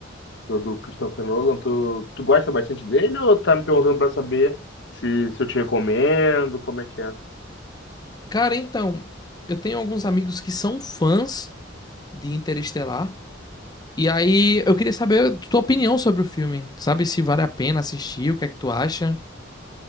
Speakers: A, on the left; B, on the left.
A: Do, do Christopher Nolan. Tu, tu gosta bastante dele ou tá me perguntando pra saber se, se eu te recomendo, como é que é?
B: Cara, então, eu tenho alguns amigos que são fãs de Interestelar. E aí, eu queria saber a tua opinião sobre o filme. Sabe se vale a pena assistir, o que é que tu acha?